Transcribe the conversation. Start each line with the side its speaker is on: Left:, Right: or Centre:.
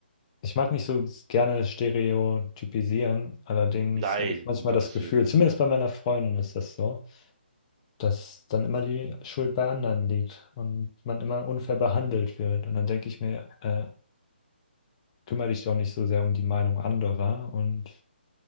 Left: ich mag nicht so gerne stereotypisieren, allerdings
Right: Nein,
Left: habe ich manchmal
Right: um Gottes
Left: das Gefühl,
Right: Willen.
Left: zumindest bei meiner Freundin ist das so, dass dann immer die Schuld bei anderen liegt und man immer unfair behandelt wird. Und dann denke ich mir, äh, Kümmere dich doch nicht so sehr um die Meinung anderer und